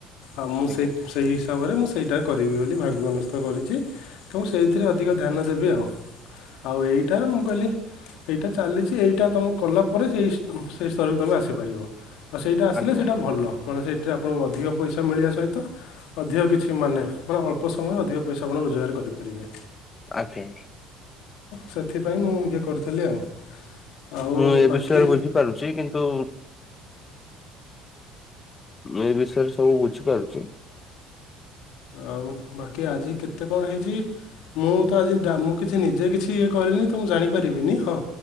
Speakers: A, on the left; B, on the left.
A: ଆଉ ମୁଁ
B: ଆଜ୍ଞା
A: ସେଇ ସେଇ ହିସାବରେ ମୁଁ ସେଇଟା କରିବି ବୋଲି ଭାବି ମନସ୍ଥ କରିଛି ତ ମୁଁ ସେଇଥିରେ ଅଧିକ ଧ୍ୟାନ ଦେବି ଆଉ ଆଉ ଏଇଟା ମୁଁ କହିଲି ଏଇଟା ଚାଲିଛି ଏଇଟା ତମେ କଲା ପରେ ସେଇ ସେଇ ସ୍ତରକୁ ତମେ ଆସିପାରିବ। ଆଉ ସେଇଟା ଆସିଲେ
B: ଆଜ୍ଞା
A: ସେଇଟା
B: ଆଜ୍ଞା
A: ଭଲ ମାନେ ସେଇଥିରେ ଆପଣଙ୍କୁ ଅଧିକ ପଇସା ମିଳିବା ସହିତ ଅଧିକ କିଛି ମାନେ ଅଳ୍ପ ସମୟ ଅଧିକ ପଇସା ଆପଣ ରୋଜଗାର କରିପାରିବେ।
B: ଆଙ୍ଗେ।
A: ସେଥିପାଇଁ ମୁଁ ଇଏ କରୁଥିଲି ଆଉ ଆଉ
B: ମୁଁ ଏ
A: ବାକି
B: ବିଷୟରେ ବୁଝିପାରୁଛି କିନ୍ତୁ ମୁଁ ଏ ବିଷୟରେ ସବୁ ବୁଝିପାରୁଛି।
A: ଆଉ ବାକି ଆଜି କେତେ କଣ ହେଇଛି? ମୁଁ ତ ଆଜି ମୁଁ କିଛି ନିଜେ କିଛି ଇଏ କରିନି ତ ମୁଁ ଜାଣିପାରିବିନି ହଁ।